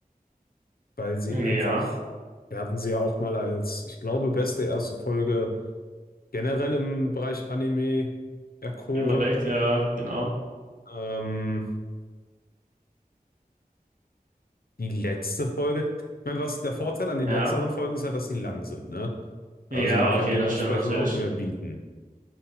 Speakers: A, on the left (about 70°); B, on the right (about 55°).
A: weil sie
B: Ja,
A: einfach, wir hatten sie ja auch mal als, ich glaube, beste erste Folge generell im Bereich Anime erkoren.
B: überlegt, ja, genau.
A: Ähm, die letzte Folge. Ich meine, was der Vorteil an
B: Ja,
A: den letzteren Folgen ist halt, dass sie lang sind, ne? Also,
B: ja,
A: die können
B: okay,
A: dementsprechend
B: das stimmt natürlich.
A: auch mehr bieten.